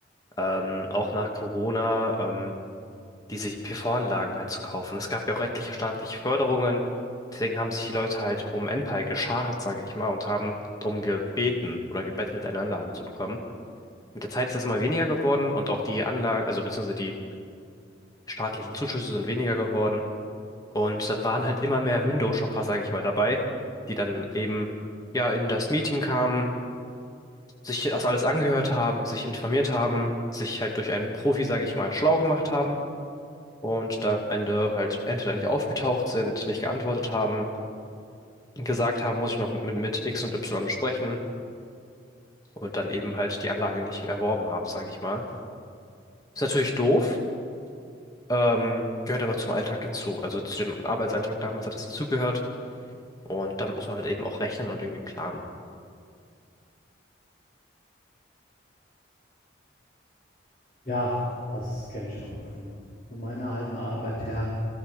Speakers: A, on the left; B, on the left.
A: ähm, auch nach Corona, ähm, diese PV-Anlagen halt zu kaufen. Es gab ja auch etliche staatliche Förderungen, deswegen haben sich die Leute halt um Enpal geschart, sage ich mal, und haben drum gebeten oder gebettelt, eine Anlage zu bekommen. Mit der Zeit ist das immer weniger geworden und auch die Anlage, also beziehungsweise die staatlichen Zuschüsse sind weniger geworden. Und dann waren halt immer mehr Window-Shopper, sage ich mal, dabei, die dann eben ja in das Meeting kamen, sich das alles angehört haben, sich informiert haben, sich halt durch einen Profi, sage ich mal, schlau gemacht haben und da am Ende halt entweder nicht aufgetaucht sind, nicht geantwortet haben, gesagt haben, muss ich noch mit, mit X und Y besprechen und dann eben halt die Anlage nicht erworben haben, sage ich mal. Ist natürlich doof, ähm, gehört aber zum Alltag dazu. Also zu dem Arbeitsalltag damals hat das dazugehört. Und damit muss man halt eben auch rechnen und irgendwie planen.
B: Ja, das kenne ich auch noch von, von meiner alten Arbeit her.